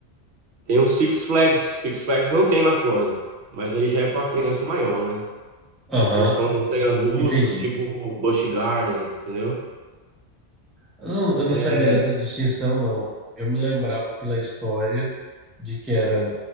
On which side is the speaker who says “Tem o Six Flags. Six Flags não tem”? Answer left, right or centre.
Right